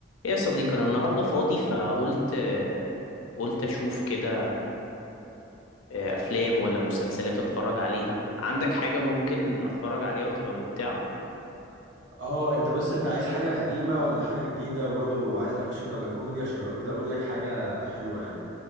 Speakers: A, on the left; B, on the right.
A: ايه يا صديقي انا النهارده فاضي فقلت آه، قلت اشوف كده آه، افلام ولا مسلسلات اتفرج عليها عندك حاجه ممكن اتفرج عليها وتبقى ممتعه
B: اه انت بس انت عايز حاجة قديمة ولا حاجة جديدة وبرضه عايز اكشن ولا كوميدي عشان لو كده اقول لك حاجة حلوة يعني